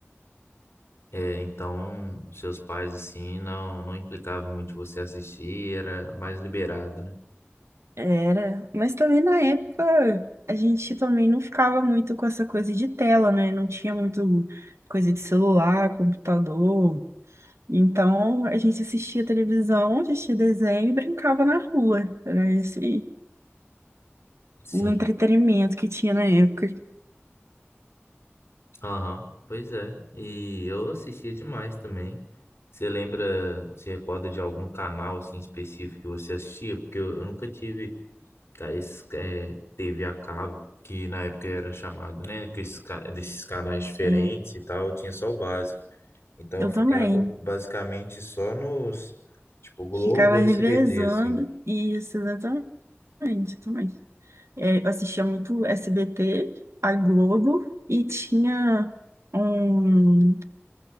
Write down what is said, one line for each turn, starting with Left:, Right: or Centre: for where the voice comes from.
Left: É, então seus pais assim não não implicavam muito você assistir, era mais liberado, né?
Right: Era, mas também na época a gente também não ficava muito com essa coisa de tela, né? Não tinha muito coisa de celular, computador. Então a gente assistia televisão, assistia desenho e brincava na rua. Era esse
Left: Sim.
Right: o entretenimento que tinha na época.
Left: Aham. Pois é. E eu assistia demais também. Você lembra, se recorda de algum canal assim específico que você assistia? Porque eu eu nunca tive Cara, esse, é, TV a cabo, que na época era chamado, né? Que esses, ca- desses canais diferentes
Right: É,
Left: e tal, tinha só o básico. Então
Right: eu
Left: eu ficava
Right: também
Left: basicamente só nos, tipo, Globo
Right: ficava revezando
Left: e SBT, assim.
Right: e isso exatamente, eu também. É, eu assistia muito SBT, a Globo e tinha um.